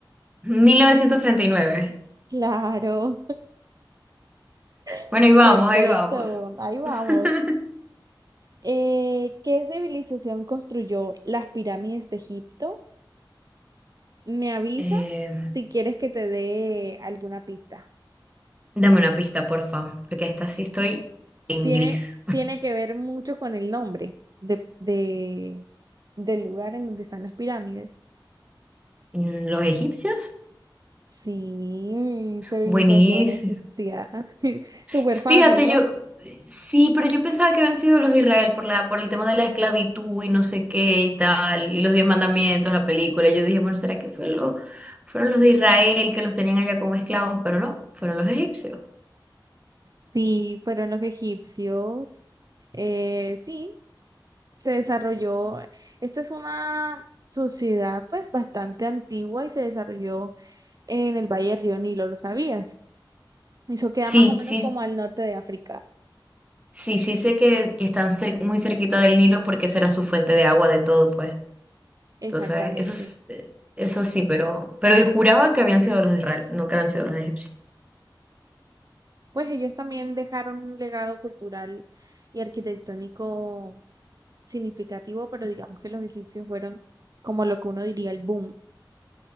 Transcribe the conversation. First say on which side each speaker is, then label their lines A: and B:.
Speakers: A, on the right; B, on the right.
A: mil novecientos treinta y nueve.
B: Claro, <laughs>
A: Bueno, ahí vamos,
B: perfecto.
A: ahí vamos.
B: Ahí vamos.
A: <laughs>
B: Eh, ¿qué civilización construyó las pirámides de Egipto? ¿Me avisas
A: Eh,
B: si quieres que te dé alguna pista?
A: dame una pista, porfa, porque esta sí estoy en
B: tiene,
A: gris.
B: tiene que ver mucho con el nombre de, de, del lugar en donde están las pirámides.
A: Mm, ¿Los egipcios?
B: Sí, civilización
A: Buenísimo.
B: egipcia. <laughs> Súper
A: Fíjate,
B: fácil, ¿no?
A: yo sí, pero yo pensaba que habían sido los de Israel por la, por el tema de la esclavitud y no sé qué y tal, y los diez mandamientos, la película. Yo dije, bueno, ¿será que fue lo- fueron los de Israel que los tenían allá como esclavos? Pero no, fueron los egipcios.
B: Sí, fueron los egipcios. Eh, sí, se desarrolló. Esta es una sociedad pues bastante antigua y se desarrolló en el Valle del Río Nilo, ¿lo sabías? Eso queda
A: Sí,
B: más o menos
A: sí,
B: como al norte de África.
A: sí, sí sé que, que están cer- muy cerquita del Nilo porque esa era su fuente de agua de todo, pues. Entonces,
B: Exactamente.
A: eso, es- eh, eso sí, pero, pero yo juraba que habían sido los de Israel, no que habían sido los egipcios.
B: Pues ellos también dejaron un legado cultural y arquitectónico significativo, pero digamos que los egipcios fueron como lo que uno diría el boom.